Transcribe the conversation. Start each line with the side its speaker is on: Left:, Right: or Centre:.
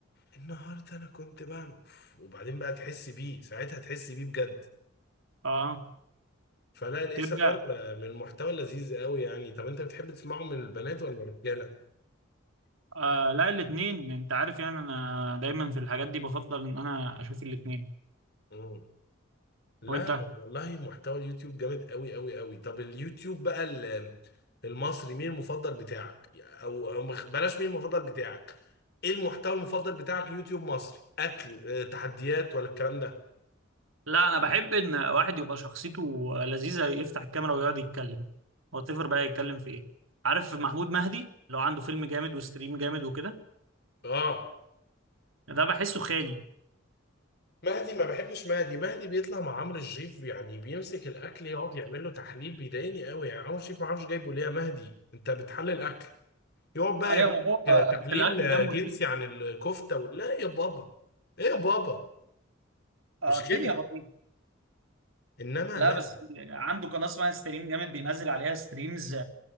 Left: النهارده انا كنت بعمل أوف، وبعدين بقى تحس بيه ساعتها تحس بيه بجد
Right: اه
Left: فلا الايه
Right: تبدا
Left: سمر من المحتوى لذيذ قوي يعني طب انت بتحب تسمعه من البنات ولا الرجاله
Right: آه لا الاثنين انت عارف يعني انا دايما في الحاجات دي بفضل ان انا اشوف الاثنين
Left: مم. لا
Right: وانت
Left: والله محتوى اليوتيوب جامد قوي قوي قوي طب اليوتيوب بقى ال- المصري مين المفضل بتاعك او او مخ- بلاش مين المفضل بتاعك ايه المحتوى المفضل بتاعك يوتيوب مصري اكل آه، تحديات ولا الكلام ده
Right: لا انا بحب ان واحد يبقى شخصيته لذيذه يفتح الكاميرا ويقعد يتكلم واتفر بقى يتكلم في ايه عارف محمود مهدي لو عنده فيلم جامد وستريم جامد وكده
Left: اه
Right: ده بحسه خالي
Left: مهدي ما بحبش مهدي مهدي بيطلع مع عمرو الشريف يعني بيمسك الاكل يقعد يعمل له تحليل بيضايقني قوي يعني عمرو الشريف ما اعرفش جايبه ليه يا مهدي انت بتحلل اكل يقعد بقى
Right: ايوه
Left: يعمل
Right: ما هو
Left: لك تحليل
Right: في الاكل دمه
Left: جنسي
Right: تقيل
Left: عن الكفته وال- لا يا بابا ايه يا بابا
Right: آه،
Left: مش
Right: الدنيا
Left: كده
Right: بطيئه
Left: انما
Right: لا
Left: لا
Right: بس
Left: لا
Right: عنده قناه اسمها ستريم جامد بينزل عليها ستريمز